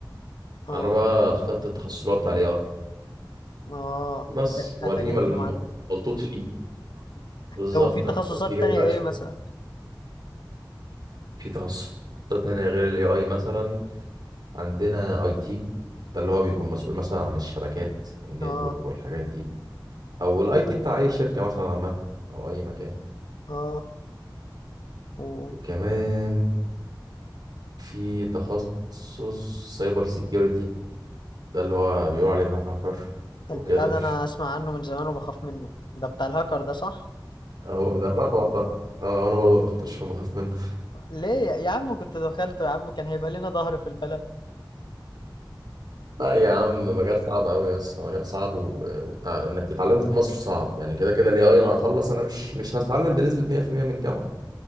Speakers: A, on the left (about 70°); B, on the right (about 60°).
A: اه
B: انا بقى اخترت التخصص اللي هو بتاع الاي اي
A: اه
B: بس
A: أت-
B: واديني
A: اتاريك
B: مل-
A: يا معلم
B: ملطوط فيه بالظبط
A: طب وفي تخصصات
B: ملطوط فيه جاي
A: تانية
B: بقى
A: ايه
B: شويه
A: مثلا
B: في تخصصات تانية غير الاي اي مثلا عندنا اي تي ده اللي هو بيكون مسؤول مثلا عن الشبكات النتورك
A: اه
B: والحاجات دي او الاي تي بتاع اي شركه مثلا عامه او اي مكان
A: اه و...
B: وكمان في تخصص سايبر سيكيورتي ده اللي هو بيقولوا عليه هاكر وكده
A: البتاع ده انا اسمع عنه من زمان وبخاف منه ده بتاع الهاكر ده صح
B: هو ده الرقم ده اه وانا برضه ما بختش انا بخاف منه
A: ليه يا يا عم كنت دخلته يا عم كان هيبقى لنا ظهر في البلد
B: لا يا عم مجال صعب قوي يا اسطى مجال صعب و... والتع... انك تتعلمه في مصر صعب يعني كده كده الاي اي انا هخلص انا مش مش هتعلم بنسبه 100% من الجامعه